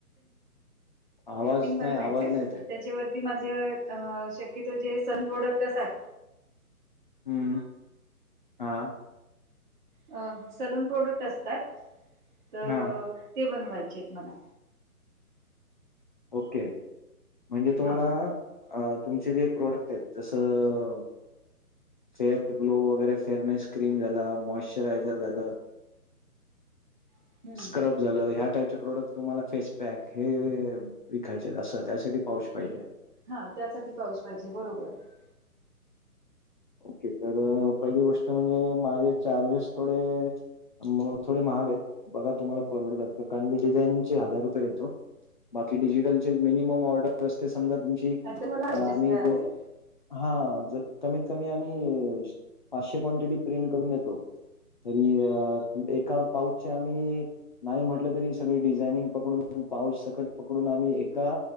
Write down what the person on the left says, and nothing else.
आवाज
नाही, आवाज नाही येत आहे.
हम्म हा <unintelligible>
हां.
ओके म्हणजे तुम्हाला
<unintelligible> अ तुमचे जे प्रोडक्ट आहेत जसं फेअर ग्लो वगैरे फेअरनेस क्रीम झाला मॉइस्चरायझर झालं
स्क्रब <unintelligible> झालं ह्या टाईपचे प्रोडक्ट तुम्हाला फेस पॅक हे विकायचे असं त्यासाठी पाऊच पाहिजे <unintelligible>
ओके तर पहिली गोष्ट म्हणजे माझे चार्जेस थोडे मग थोडे महाग आहेत बघा तुम्हाला परवडतात कारण मी डिझायनिंगचे हजार रुपये घेतो बाकी डिजिटलचे मिनिमम ऑर्डर असते समजा तुमची
आम्ही
दो हा ज कमीत कमी आम्ही पाचशे क्वांटिटी प्रिंट करून देतो तरी अ एका पाऊचच्या आम्ही <unintelligible> नाही म्हटलं तरी सगळी डिझाइनिंग पकडून पाऊस सकट पकडून आम्ही एका